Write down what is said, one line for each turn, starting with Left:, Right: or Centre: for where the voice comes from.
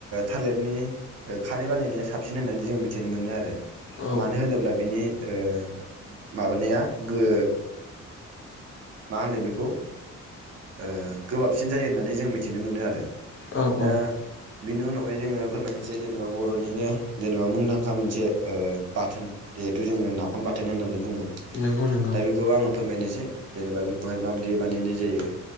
Right: थालिरनि खारै बानायनाया साबसिन होननानै जों मिथिनो मोनो आरो।
Left: औ
Right: मानो होनोब्ला बिनि ओ माबानाया गो मा होनो बेखौ ओ गोबाबसिन जायो होननानै जों मिथिनो मोनो आरो।
Left: औ
Right: दा
Left: औ
Right: बिनि उनावहाय जोङो फोरमायनोसै जेनेबा बर'निनो जेनेबा मुंदांखा मोनसे ओ बाथोन जिहेथु जोङो नाफाम बाथोन होननानै बुङो
Left: नंगौ नंगौ
Right: दा बेखौ आङो फोरमायनोसै। जेनेबा बेखौहाय माबायदि बानायनाय जायो।